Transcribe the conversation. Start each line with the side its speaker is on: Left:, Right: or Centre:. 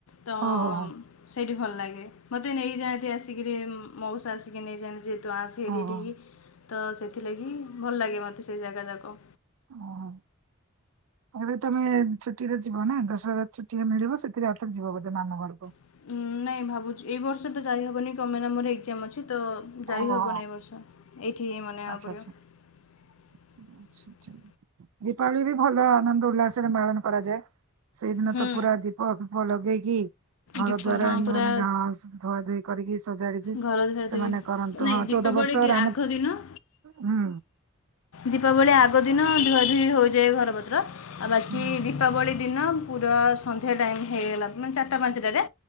Left: ତ
Right: ଓହୋ ହୋ
Left: ସେଇଠି ଭଲ ଲାଗେ ମୋତେ ନେଇଯାଆନ୍ତି ଆସିକିରି ମଉସା ଆସିକି ନେଇଯାଆ ଯେ ତୁ ଆସ
Right: ହୋ
Left: ଏଠ ଏଠିକି।
Right: ହୋ।
Left: ତ ସେଥିଲାଗି ଭଲ ଲାଗେ ମୋତେ ସେଇ ଜାଗା ଯାକ
Right: ଓହୋ ଏବେ ତୋମେ ଛୁଟିରେ ଯିବ ନା ଦଶହରା ଛୁଟିରେ ମିଳିବ ସେଥିରେ ଆଉ ଥରେ ଯିବ ବୋଧେ ମାମୁଁ ଘରକୁ।
Left: ଉଁ, ନାଇଁ ଭାବୁଚି ଏଇ ବର୍ଷ ତ ଯାଇ ହେବନି କଣ ପାଇଁ ନା ମୋର ଏକଜାମ୍ ଅଛି। ତ ଯାଇ
Right: ଓହୋ
Left: ହବନି ଏ ବର୍ଷ ଏଇଠି ମନେଇ
Right: ଆଚ୍ଛା
Left: ଆକୁ ପଡ଼ିବ।
Right: ଆଚ୍ଛା। ଦୀପାବଳି ବି ଭଲ ଆନନ୍ଦ ଉଲ୍ଲାସରେ ପାଳନ କରାଯାଏ। ସେଇଦିନ
Left: ହୁଁ
Right: ତ ପୁରା ଦୀପ ଫିପ ଲଗେଇ ହି। ଘର
Left: ଦୀପ
Right: ଦ୍ୱାର
Left: ହଁ
Right: ଏମତି
Left: ପୁରା
Right: ମାନେ ଗାଁ ସ-ଧୁଆ ଧୁଇ କରିକି ସଜାଡିଚି
Left: ଘର ଧୁଆ
Right: ସେମାନେ
Left: ଧୁଇ
Right: କରନ୍ତୁ
Left: ନାଇଁ
Right: ହଁ
Left: ଦୀପାବଳି
Right: ଚଉଦ ବର୍ଷ
Left: ଦି-
Right: ରାମ
Left: ଆଗ ଦିନ
Right: ହୁଁ
Left: ଦୀପାବଳି ଆଗ ଦିନ ଧୁଆ ଧୁଇ ହୋଇଯାଏ ଘର ପତ୍ର। ଆଉ ବାକି
Right: ହୁଁ
Left: ଦୀପାବଳି ଦିନ ପୁରା ସନ୍ଧ୍ୟା ଟାଇମ୍ ହେଇଗଲା ମାନେ ଚାଟା ପାଞ୍ଚଟାରେ